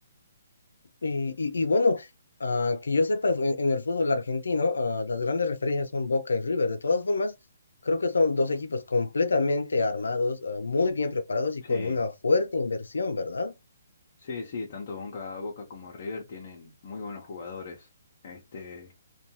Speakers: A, on the left; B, on the left.
A: Y, y, y bueno, ah, que yo sepa, en, en el fútbol argentino, ah, las grandes referencias son Boca y River. De todas formas, creo que son dos equipos completamente armados, ah, muy bien preparados y con
B: Sí,
A: una fuerte inversión, ¿verdad?
B: sí, sí, tanto Boca, Boca como River tienen muy buenos jugadores, este,